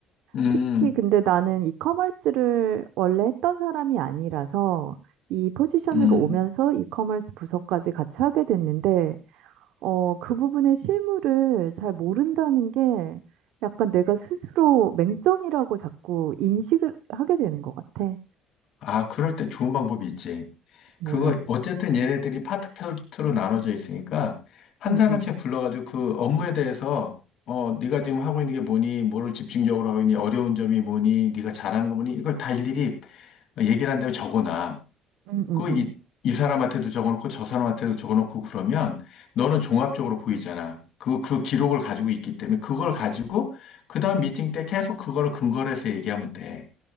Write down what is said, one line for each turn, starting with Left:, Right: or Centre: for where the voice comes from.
Left: 음,
Right: 특히 근데 나는 이커머스를 원래 했던 사람이 아니라서 이 포지션으로
Left: 음.
Right: 오면서 이커머스 부서까지 같이 하게 됐는데 어, 그 부분의 실물을 잘 모른다는 게 약간 내가 스스로 맹점이라고 자꾸 인식을 하게 되는 것 같아.
Left: 아, 그럴 때 좋은 방법이 있지.
Right: 뭐야.
Left: 그거, 어쨌든 얘네들이 파트별로 나눠져 있으니까, 한
Right: 음,
Left: 사람씩
Right: 음.
Left: 불러가지고 그 업무에 대해서, 어, 네가 지금 하고 있는 게 뭐니, 뭐를 집중적으로 하고 있니, 어려운 점이 뭐니, 네가 잘하는 거 뭐니, 이걸 다 일일이 얘기를 한 다음에 적어놔.
Right: 음, 음,
Left: 그
Right: 음.
Left: 이, 이 사람한테도 적어놓고 저 사람한테도 적어놓고 그러면 너는 종합적으로 보이잖아. 그, 그 기록을 가지고 있기 때문에 그걸 가지고 그 다음 미팅 때 계속 그거를 근거로 해서 얘기하면 돼.